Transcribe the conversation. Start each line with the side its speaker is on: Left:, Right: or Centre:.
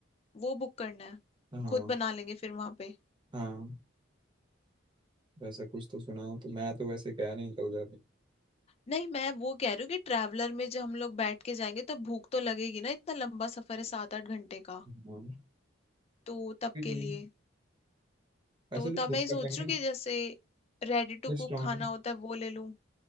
Left: वो बुक करना है
Right: हाँ
Left: खुद बना लेंगे फिर वहां पे
Right: हाँ वैसा कुछ तो सुना हूँ तो मैं तो वैसे गया नहीं था उधर
Left: नहीं मैं वो कह रही हूँ कि ट्रैवलर में जब हम लोग बैठ के जाएंगे तो भूख तो लगेगी ना इतना लंबा सफर है सात आठ घंटे का
Right: हाँ
Left: तो तब
Right: फिर
Left: के
Right: ये-
Left: लिए
Right: ऐसे
Left: तो
Right: तो
Left: तब
Right: बुक
Left: मैं ये सोच
Right: कर लेंगे
Left: रही हूँ कि जैसे रेडी टू
Right: रेस्टोरेंट
Left: कुक खाना होता है वो ले लूँ